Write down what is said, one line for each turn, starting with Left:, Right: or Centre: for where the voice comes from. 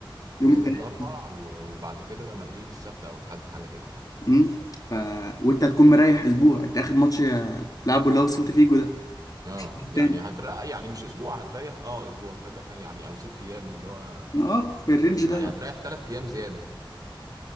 Right: يوم
Left: يوم الثلاثاء
Right: الاربع و- وبعد كده مدريد السبت او الحد حاجة كده
Left: امم ف... وانت هتكون مريح اسبوع انت اخر ماتش آه، تلعبه اللي هو سيلتا فيجو ده
Right: اه
Left: التاني
Right: يعني هتريح يعني مش اسبوع هتريح اه اسبوع تصدق فعلا يعني او ست ايام اللي هو
Left: اه في الرينج ده
Right: يعني هتريح ثلاث ايام زياده